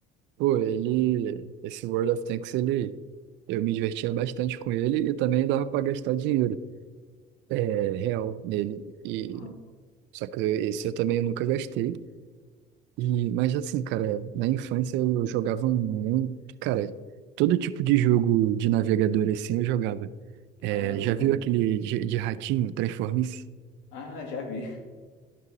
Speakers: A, on the right; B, on the left.
A: Pô, ele. Esse World of Tanks, ele. Eu me divertia bastante com ele e também dava pra gastar dinheiro. É, real nele. E...
B: Uhum.
A: Só que esse eu também nunca gastei. E, mas assim, cara, na infância eu jogava muito, cara, todo tipo de jogo de navegador assim eu jogava. É,
B: Ah, eu também.
A: já viu aquele de, de ratinho, Transformice?
B: Ah, já vi.